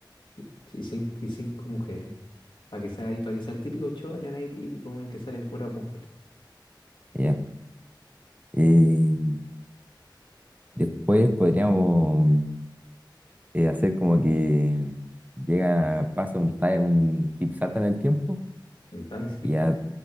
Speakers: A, on the left; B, on the right.
A: Y, y cinco, y cinco mujeres. Para que sea ahí, para que sea el típico shonen ahí típico en el que salen puras mujeres.
B: Ya. Eh, después podríamos eh, hacer como que llega, pasa un time, un zip salta en el tiempo
A: Entonces, si
B: y ya